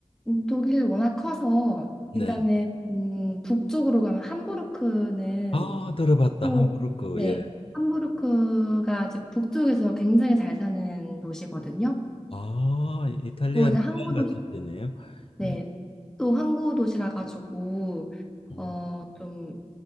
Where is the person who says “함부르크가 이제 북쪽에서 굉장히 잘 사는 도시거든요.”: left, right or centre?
Centre